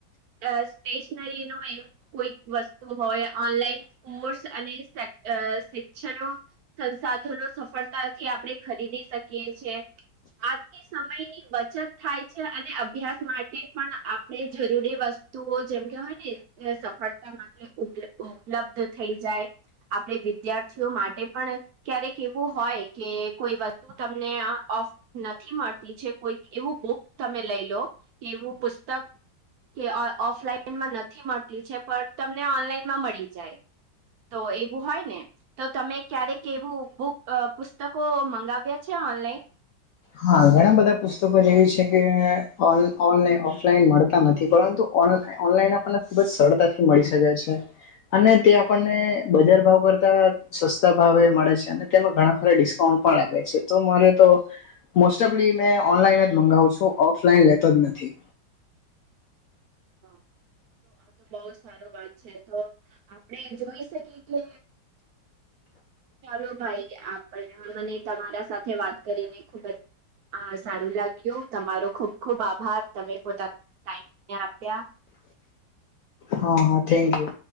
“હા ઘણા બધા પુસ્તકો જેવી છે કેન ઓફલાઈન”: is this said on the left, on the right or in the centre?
Left